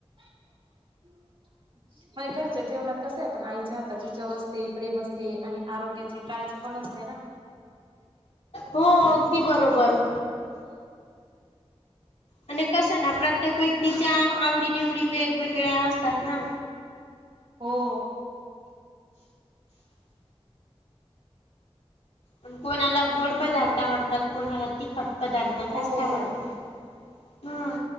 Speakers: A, on the right; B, on the left.
A: <inaudible> <unintelligible> घरच्या जेवणात कसंय पण आईच्या हाताची चव असते, प्रेम असते आणि आरोग्याची काळजी पण असते ना.
B: हो, अगदी बरोबर. आणि कसंय ना प्रत्येक व्यक्तीच्या आवडी -निवडी वेगवेगळ्या असतात ना.
A: हो
B: पण कोणाला गोड पदार्थ आवडतात, कोणाला तिखट पदार्थ जास्त
A: हो
B: आवडतात.
A: हो
B: हा,